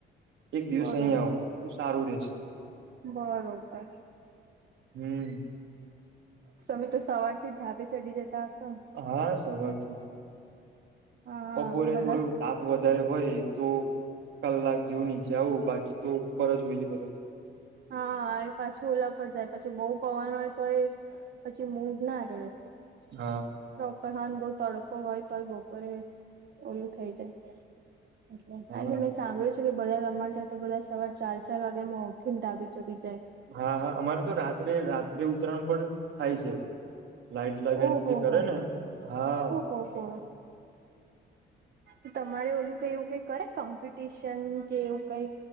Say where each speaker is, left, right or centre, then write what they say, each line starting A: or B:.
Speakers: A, on the right (about 70°); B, on the right (about 55°).
A: એક દિવસ
B: બરોબર
A: અહી, આવો ત સારું રહેેશે
B: બરોબર
A: હમ
B: તમે તો સવાર થી ઢાબે ચડી જતા હશો ને
A: હા, સવારથી
B: હા
A: ઓપોરે
B: બધા
A: થોડે તાપ વધારે હોય, તો કલાક જેવું નીચે આવું બાકી તો ઉપર જ હોઈએ બધા
B: હા, એ પાછું ઓલા પર જાય પછી બહુ પવાનું હોય, તો એ પછી મૂડ ના રડતી
A: હા
B: પ્રપરહાન બવ તડકો હોય તોય બપોરે ઓલું થઇ જાય એટલે
A: હા
B: સાંભળ્યું છે કે બધા તમારે ત્યાં તો બધા સવાર ચાર ચાર વાગેમાં ઉઠીને ધાબે ચડી જાય
A: હા હા અમારે તો રાત્રે રાત્રે ઉત્તરાયણ પણ થાય છે. લાઈટ લગાવ
B: ઓહો
A: જે કરે
B: હો
A: ને હા
B: ઓહો! તો તમારે ઓલું કઈ એવું કઈ કરે કોમ્પિટિશન કે એવું કઈ?